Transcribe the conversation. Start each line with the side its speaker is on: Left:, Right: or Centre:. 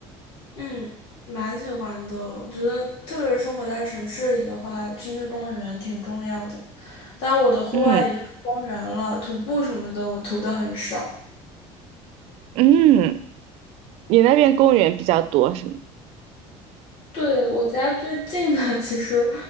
Left: 嗯，蛮喜欢的，我觉得特别是生活在城市里的话，去去公园挺重要的，但我的户外也就是公园了，
Right: 嗯
Left: 徒步什么的我徒的很少。
Right: 嗯，你那边公园比较多是吗？
Left: 对，我家最近的，<laughs> 其实